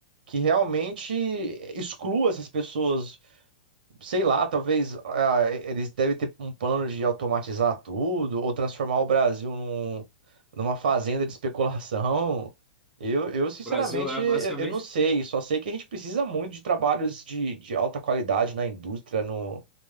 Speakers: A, on the right; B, in the centre.
A: que realmente exclua essas pessoas Sei lá, talvez ah, eles devem ter um plano de automatizar tudo ou transformar o Brasil num- numa fazenda de especulação. Eu, eu sinceramente,
B: o Brasil é
A: eu,
B: basicamente.
A: eu não sei. Só sei que a gente precisa muito de trabalhos de, de alta qualidade na indústria, no,